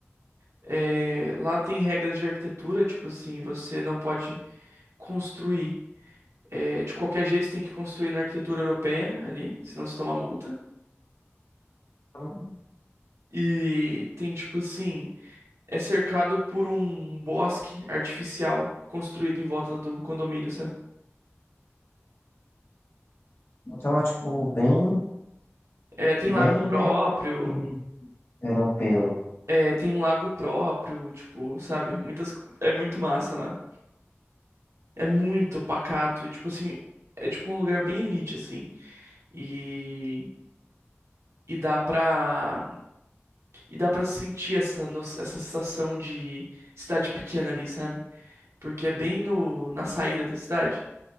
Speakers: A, on the right (about 75°); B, on the left (about 60°).
A: É, lá tem regras de arquitetura, tipo assim, você não pode construir. é, de qualquer jeito, você tem que construir na arquitetura europeia ali, senão você toma multa.
B: então
A: E tem, tipo assim, é cercado por um bosque artificial construído em volta do condomínio, sabe?
B: então é tipo bem,
A: É, tem
B: bem
A: lago próprio,
B: aquele europeu,
A: é, tem um lago próprio, tipo, sabe? Muitas, co- é muito massa lá. É muito pacato e, tipo assim, é tipo um lugar bem elite, assim. E, e dá pra E dá pra sentir essa, no- essa sensação de cidade pequena ali, sabe? Porque é bem no, na saída da cidade.